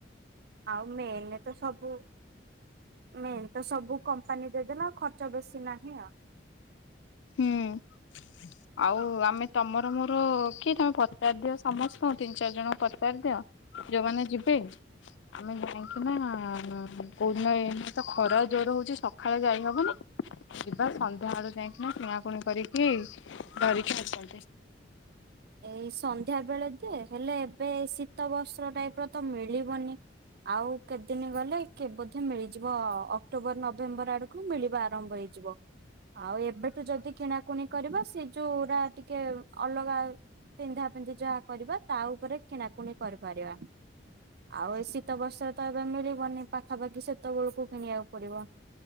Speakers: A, on the right; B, on the left.
A: ଆଉ ମେନରେ ତ ସବୁ। ମେନ୍ ତ ସବୁ କମ୍ପାନୀ ଦେଇଦେଲାଆଉ ଖର୍ଚ୍ଚ ବେଶି ନାହିଁ ଆଉ।
B: ହୁଁ ଆଉ ଆମେ ତମର ମୋର କି ତମେ ପଚାରି ଦିଅ ସମସ୍ତଙ୍କୁ ତିନି ଚାରି ଜଣଙ୍କୁ ପଚାରି ଦିଅ। ଯୋଉମାନେ ଯିବେ, ଆମେ ଯାଇକିନା କୋଉଦିନ ଏମତି ତ ଖରା ଜୋର ହଉଛି, ସକାଳେ ଯାଇହବନି, ଯିବା ସନ୍ଧ୍ୟାବେଳେ ଯାଇକିନା କିଣାକୁଣି କରିକି ଧରିକି ଆସନ୍ତି।
A: ଏଇ ସନ୍ଧ୍ୟାବେଳେ ଯେ, ହେଲେ ଏବେ ଶୀତ ବସ୍ତ୍ର ଟାଇପର ତ ମିଳିବନି। ଆଉ କେତେଦିନ ଗଲେ କେ ବୋଧ ମିଳିଯିବ ଅକ୍ଟୋବର ନଭେମ୍ବର ଆଡକୁ। ଠୁ ମିଳିବା ଆରମ୍ଭ ହେଇଯିବ। ଆଉ ଏବେଠୁ ଯଦି କିଣାକୁଣି କରିବ, ସେ ଯୋଉରା ଟିକେ ଅଲଗା ପିନ୍ଧା ପିନ୍ଧି ଯାହା କରିବା ତା ଉପରେ କିଣାକୁଣି କରିପାରିବା। ଆଉ ଏ ଶୀତ ବସ୍ତ୍ର ତ ଏବେ ମିଳିବନି ପାଖାପାଖି ସେତେବେଳକୁ କିଣିବାକୁ ପଡିବ।